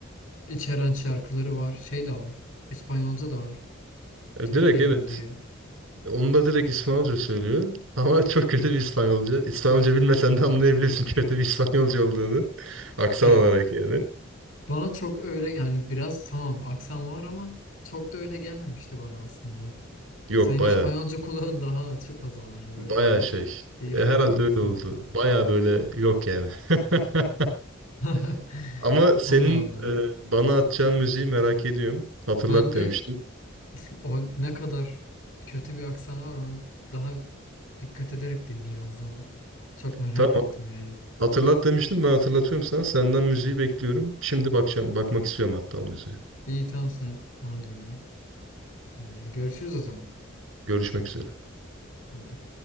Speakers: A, on the left; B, on the right.
A: içeren şarkıları var. Şey de var. İspanyolca da var.
B: E,
A: Te
B: direkt
A: quiero
B: evet
A: diye.
B: Onu da direkt İspanyolca söylüyor. Ama <laughs> çok kötü bir İspanyolca. İspanyolca bilmesen de anlayabiliyorsun kötü bir İspanyolca olduğunu. <laughs> Aksan
A: E,
B: olarak yani.
A: Bana çok öyle yani biraz tamam aksan var ama çok da öyle gelmemişti bana aslında.
B: Yok
A: Senin
B: baya
A: İspanyolca <laughs> kulağın daha açık o zaman hani böyle
B: baya
A: daha
B: şey.
A: iyi
B: E,
A: fark
B: herhalde
A: ediyorsun.
B: öyle oldu. Baya böyle yok yani. <laughs>
A: <laughs>
B: Ama senin
A: Allah Allah.
B: e, bana atacağın müziği merak ediyorum. Hatırlat
A: Ben de
B: demiştin.
A: <laughs> o ne kadar kötü bir aksan var onu daha dikkat ederek dinleyeyim o zaman. Çok merak
B: Tamam.
A: ettim yani.
B: Hatırlat demiştim. Ben hatırlatıyorum sana. Senden müziği bekliyorum. Şimdi bakacağım. Bakmak istiyorum hatta o müziğe.
A: İyi tamam sen onu dinle. Ee, görüşürüz o zaman.
B: Görüşmek üzere.
A: Hadi.